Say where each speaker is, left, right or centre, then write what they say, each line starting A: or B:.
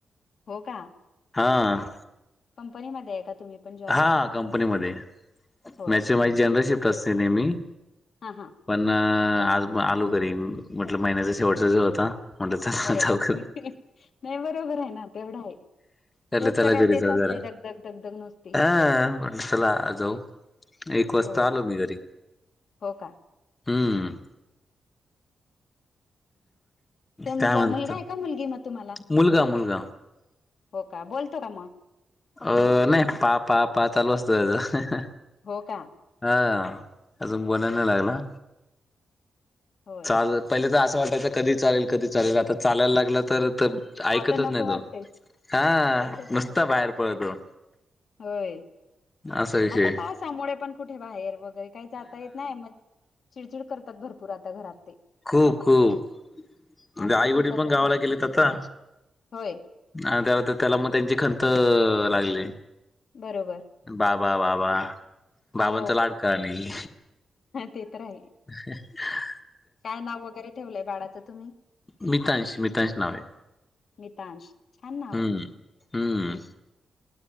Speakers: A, on the left; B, on the left.
A: हो का.
B: हा..
A: कंपनीमध्ये आहे का तुम्ही? पण जॉबला?
B: हा कंपनीमध्ये,
A: होय.
B: मचे माझी जनरल शिफ्ट असते नेहमी.
A: हा हा
B: पण आज आलो घरी म्हटल महिन्याचा शेवटचा दिवस होता. म्हटलं चला
A: बरोबर,
B: जाऊ
A: नाही बरोबर आहे ना तेवढा आहे.
B: चला
A: रोजचं
B: चला
A: काय
B: घरी
A: तेच
B: जाऊ
A: असतंय
B: जरा
A: दगदग दगदग नुसती.
B: हा म्हटलं चला जाऊ एक वाजता
A: हो
B: आलो मी घरी.
A: हो का?
B: हम्म
A: तुमचा
B: काय म्हणत
A: मुलगा आहे का मुलगी म- तुम्हांला?
B: मुलगा मुलगा
A: हो का बोलतो का मग.
B: अ नाही पा पा पा चालू असत त्याचं.
A: हो का.
B: हा अजून बोलाय नाही लागला
A: होय
B: चालू पहिले तर असं वाटायच कधी चालेल कधी चालेल आता चालायला लागलं तर- ऐकतच
A: आता नको
B: नाही
A: वाटते
B: तो हा
A: तसच
B: नुसता
A: आहे
B: बाहेर पळतो.
A: होय.
B: असा विषय
A: आता पावसामुळे पण कुठे बाहेर वगैरे काही जाता येत नाही म चिडचिड करतात भरपूर आता घरात.
B: खूप खूप
A: आमचा
B: आईवडील
A: तसाच
B: पण गावाला
A: आहे
B: गेलेत आता.
A: होय
B: आणि त्याला मग त्यांची खंत लागली.
A: बरोबर
B: बाबा बाबा बाबांचा
A: हो
B: लाडका आणि-
A: ते तर आहे
B: ह <unintelligible>
A: काय नाव वगैरे ठेवलंय बाळाचं तुम्ही?
B: मितांश, मितांश नाव आहे.
A: मितांश छान नाव
B: हम्म
A: हाय.
B: हम्म